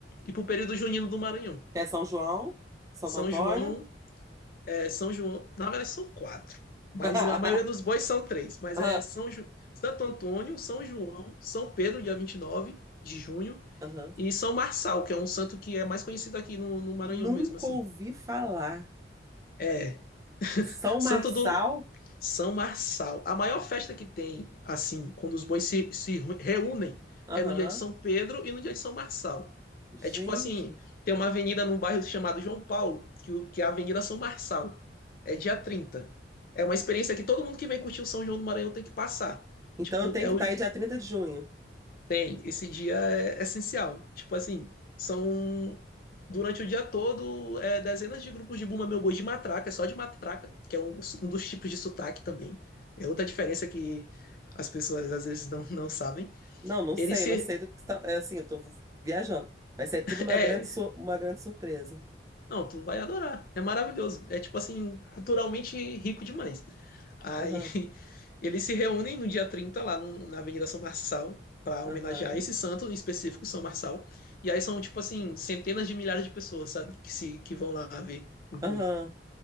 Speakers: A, on the left; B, on the right.
A: e pro período junino do Maranhão.
B: é São João, Santo
A: São
B: Antônio.
A: João, é, São João, na verdade são quatro, mas
B: <laughs>
A: a maioria dos bois são três, mas
B: Ah,
A: é São Ju, Santo Antônio, São João, São Pedro, dia vinte e nove de junho,
B: aham.
A: e São Marçal, que é um santo que é mais conhecido aqui no, no Maranhão
B: Nunca
A: mesmo, assim.
B: ouvi falar.
A: É,
B: São
A: santo
B: Marçal?
A: do São Marçal. A maior festa que tem, assim, quando os bois se, se reúnem,
B: Aham.
A: é no dia de São Pedro e no dia de São Marçal. É
B: Gente.
A: tipo assim, tem uma avenida no bairro chamado João Paulo, que, o- que é a Avenida São Marçal. É dia 30. É uma experiência que todo mundo que vem curtir o São João do Maranhão tem que passar.
B: Então
A: Tipo,
B: eu tenho
A: é
B: que
A: o,
B: estar aí dia 30 de junho.
A: Tem, esse dia é essencial. Tipo assim, são durante o dia todo é, dezenas de grupos de Bumba Meu Boi de matraca, é só de matraca, que é um, um dos tipos de sotaque também. É outra diferença que as pessoas às vezes não, não sabem.
B: Não, não sei,
A: Ele se.
B: não sei do que está. É assim, eu tô viajando. Vai ser tudo uma
A: É,
B: grande, sur- uma grande surpresa.
A: não, tu vai adorar. É maravilhoso. É tipo assim, culturalmente rico demais. Aí
B: Aham,
A: <laughs> eles se reúnem no dia 30 lá no- na Avenida São Marçal para
B: aham,
A: homenagear esse santo em específico, São Marçal. E aí são, tipo assim, centenas de milhares de pessoas, sabe? Que, se, que vão lá ver o boi.
B: aham.